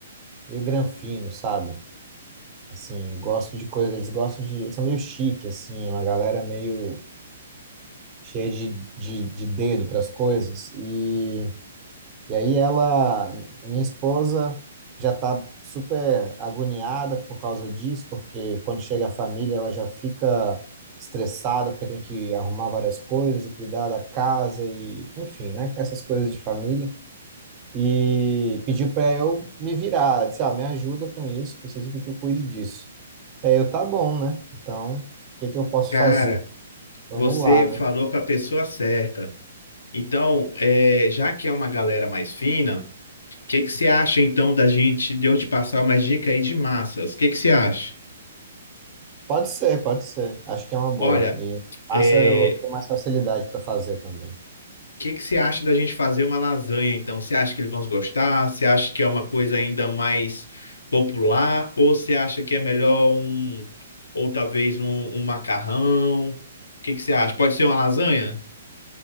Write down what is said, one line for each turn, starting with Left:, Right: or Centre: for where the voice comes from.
Right: meio granfino, sabe? Assim, gosto de coisa, eles gostam de, eles são meio chique, assim, uma galera meio cheia de, de, de dedo para as coisas. E E aí ela, minha esposa, já está super agoniada por causa disso, porque quando chega a família ela já fica estressada, porque tem que arrumar várias coisas e cuidar da casa e, enfim, né? Essas coisas de família. E pediu para eu me virar, Ela disse, ah, me ajuda com isso, preciso que tu cuide disso. E aí eu, tá bom, né? Então, o que que eu posso
Left: Cara,
Right: fazer? Vamos
Left: você
Right: lá, né?
Left: falou com a pessoa certa. Então, é, já que é uma galera mais fina, o que que você acha então da gente de eu te passar umas dicas aí de massas? O que que você acha?
Right: Pode ser, pode ser. Acho que é uma boa.
Left: Olha,
Right: E massa
Left: é,
Right: eu tenho mais facilidade para fazer também.
Left: que que você acha da gente fazer uma lasanha, então? Você acha que eles vão gostar? Você acha que é uma coisa ainda mais popular? Ou você acha que é melhor um, ou talvez um, um macarrão? O que que você acha? Pode ser uma lasanha?